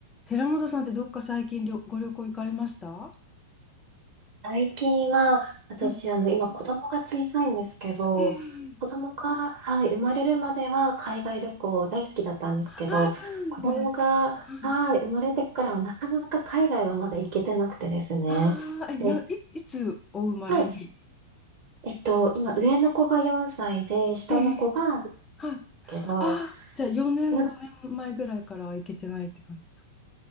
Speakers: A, on the left; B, on the right.
A: 寺本さんってどっか最近旅ご旅行行かれました
B: 最近は、私、
A: うん。
B: あの、今、子供が小さいんですけど、
A: ええ
B: 子供が、はい、生まれるまでは海外旅行大好きだったんですけど、
A: ああー、そうなんですね。
B: 子供が、
A: はい。
B: はい、生まれてからはなかなか海外はまだ行けてなくてですね。
A: ああ、え、な、
B: で、
A: い、いつお生まれに
B: はい、えっと、今、上の子が4歳で、下の子がです
A: ええはい。
B: けど、
A: ああ、じゃあ4年、
B: な
A: 5年前ぐらいからは行けてないって感じですか